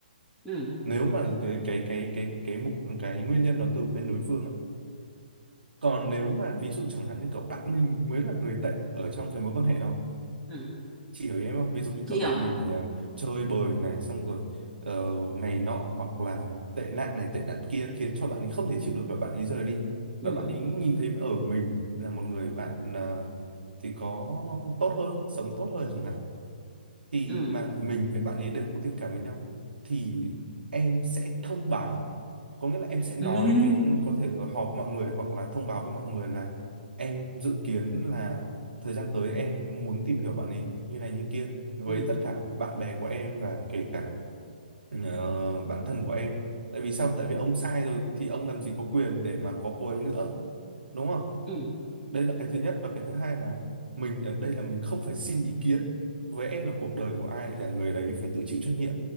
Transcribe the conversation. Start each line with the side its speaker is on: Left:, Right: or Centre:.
Centre: ừ
Right: nếu mà cái cái cái cái cái mục cái nguyên nhân nó từ bên đối phương á còn nếu mà ví dụ chẳng hạn như kiểu bạn mình mới là người tệ ở trong cái mối quan hệ đó
Centre: ừ
Right: chị hiểu ý em không ví dụ như
Centre: chị
Right: kiểu
Centre: hiểu
Right: bạn mình à, chơi bời này xong rồi ờ, này nọ hoặc là tệ nạn này tệ nạn kia khiến cho bạn ấy không thể chịu được và bạn ấy rời đi
Centre: ừ
Right: và bạn ấy nhìn thấy ở mình là một người bạn à, thì có tốt hơn sống tốt hơn chẳng hạn thì
Centre: ừ
Right: mà mình với bạn ấy đều có tình cảm với nhau thì em sẽ thông báo có nghĩa là em sẽ nói
Centre: <laughs>
Right: với ừ, có thể là họp mọi người hoặc là thông báo với mọi người là em dự kiến là thời gian tới em muốn tìm hiểu bạn ấy như này như kia với
Centre: ừ ừ
Right: tất cả bạn bè của em và kể cả ờ, bạn thân của em tại vì sao tại vì ông sai rồi thì ông làm gì có quyền để mà có cô ấy nữa đúng không
Centre: ừ
Right: đây là cái thứ nhất và cái thứ hai là mình ở đây là mình không phải xin ý kiến với em là cuộc đời của ai là người đấy phải tự chịu trách nhiệm